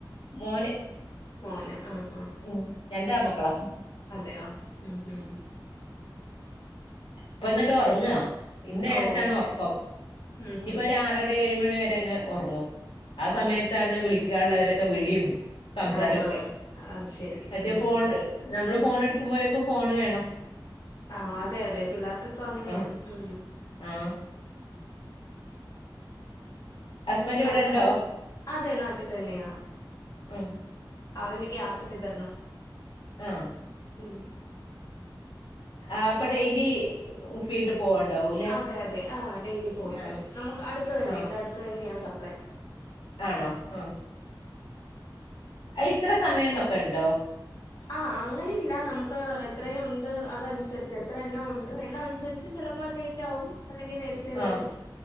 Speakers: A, on the left; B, on the left.
A: മോന്
B: മോന് ആഹ് ആഹ്
A: ഉ രണ്ടാ മക്കള
B: ഉ ഉം
A: ഇപ്പ എന്നിട്ട് ഉറങ്ങുവ ഇന്ന് നേരത്താണ്
B: ഓഹ്
A: ഉറക്കം
B: ഉം
A: ഇനിയിപ്പോൊ
B: ഉം
A: ഒരു ആറര ഏഴ മണി വരെങ്ങ് ഉറങ്ങും ആ സമയത്താണ്
B: ഓഹ്
A: വിളിക്കാനുള്ളവരൊക്കെ വിളിയും സംസാരൊക്കെ
B: ആഹാ അത് ശരി
A: മത്യാ
B: ഉം
A: ഫോൺ നമ്മള് ഫോൺ എടുക്കുമ്പോഴേക്കും ഫോണ് വേണം
B: ആഹ അതെ അതെ പിള്ളേർക്ക് ഇപ്പ അങ്ങനെയാ
A: ആഹ്
B: ഉ
A: ആഹ് ഹസ്ബൻഡ് ഇവിടെ
B: അവിടെ
A: ഉണ്ടോ
B: പൈ അതെ നാട്ടിൽ തന്നെയാ
A: ആഹ
B: ആൾനിക ആസതതർണ
A: ആഹ്
B: ഉം
A: ആ അപ്പൊ ഡെയിലി ഫീൽഡ് പോവണ്ടാവൂല്ലേ
B: അതെ അതെ ആ ഡെയിലി പോയി
A: ആഹ്
B: വരും നമുക്ക് അടുത്ത തന്നെ
A: ആഹ്
B: ഇവിടെ അടുത്ത് തന്നെയ ളേ
A: ആണോ ആ ഇത്ര സമയംന്നൊക്കെ ഉണ്ടോ
B: ആ അങ്ങനെല്ല നമുക്ക് എത്രയും ഉണ്ട് അതനുസരിച്ച് എത്ര എണ്ണം ഉണ്ട് എണ്ണം അനുസരിച്ച് ചിലപ്പോ പ്പ ലൈറ്റാവും അല്ലെങ്കിൽ നേരത്തെ
A: ആഹ്
B: വരും